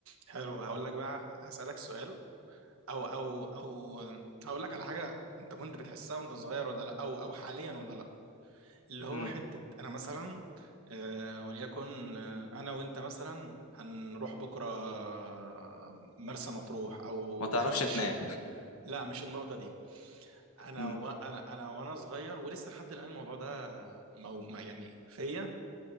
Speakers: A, on the right; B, on the left.
A: حلو هقول لك بقى هسألك سؤال او او او هقول لك على حاجة انت كنت بتحسها وانت صغير ولا لا او او حاليا ولا لا اللي هو
B: امم
A: حتة أنا مثلا آه، وليكن آه، أنا وأنت مثلا هنروح بكرة آه، مرسى مطروح أو
B: ما تعرفش
A: شرم الشيخ
B: تنام
A: لا مش النقطة دي أنا
B: امم
A: و... أنا أنا وأنا صغير ولسه لحد الآن الموضوع ده مو... ما- يعني فيا